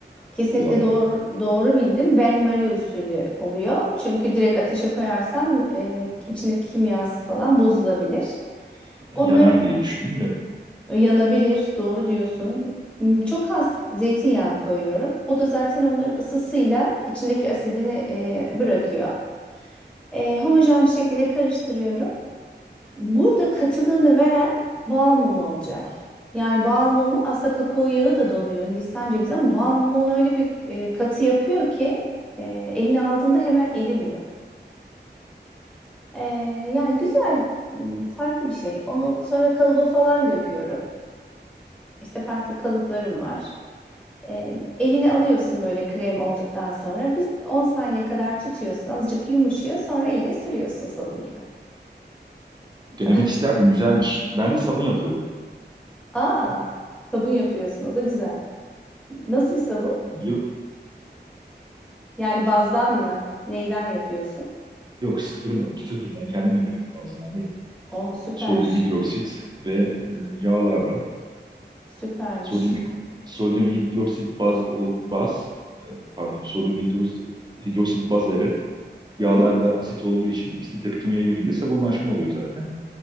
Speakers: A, in the centre; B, on the right.
A: Kesinlikle
B: yağları?
A: doğru, doğru bildim. Ben Marie usulü oluyor. Çünkü direkt ateşe koyarsan e, içindeki kimyası falan bozulabilir. Onlar
B: Yanar diye düşündüm de.
A: Yanabilir, doğru diyorsun. Hmm, Çok az zeytinyağı koyuyorum. O da zaten onların ısısıyla içindeki asidini e, bırakıyor. E, homojen bir şekilde karıştırıyorum. Burada katılığını veren bal mumu olacak. Yani bal mumu aslında kakao yağı da donuyor Hindistan cevizi ama bal mumu onu öyle bir e, katı yapıyor ki e, eline aldığında hemen erimiyor. E, yani güzel, hmm, farklı bir şey. Onu sonra kalıba falan döküyorum. İşte farklı kalıplarım var. E, elini alıyorsun böyle krem olduktan sonra. Biz 10 saniye kadar tutuyorsun. Azıcık yumuşuyor. Sonra eline sürüyorsun sabun gibi. <laughs>
B: Denemek isterdim. Güzelmiş. Ben de sabun yapıyorum
A: Aa,
B: bu arada.
A: sabun yapıyorsun. O da güzel. Nasıl bir sabun?
B: Yok,
A: Yani bazdan mı? Neyden yapıyorsun?
B: yok sıfırdan, sıfırdan kendim yapıyorum bazıdan değil.
A: Oo, süper.
B: Sodyum hidroksit ve e, yağlarla
A: Süpermiş.
B: sodyum sodyum hidroksit baz ol- baz e, pardon sodyum hidroksit, hidroksit baz evet.
A: Hı
B: Yağlarda
A: hı.
B: asit olduğu için ikisi tepkimeye girince sabunlaşma oluyor zaten.